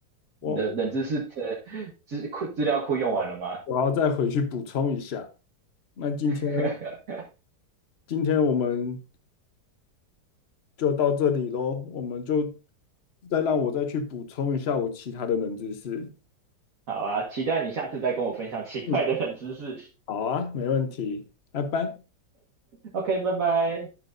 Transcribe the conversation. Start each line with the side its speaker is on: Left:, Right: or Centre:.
Right: 你的冷知识的资库资料库用完了吗？
Left: 我我要再回去补充一下。那今天
Right: <laughs>
Left: 今天我们就到这里喽，我们就再让我再去补充一下我其他的冷知识。
Right: 好啊，期待你下次再跟我分享奇怪的冷知识。
Left: 嗯，好啊，没问题，拜拜。
Right: OK，拜拜。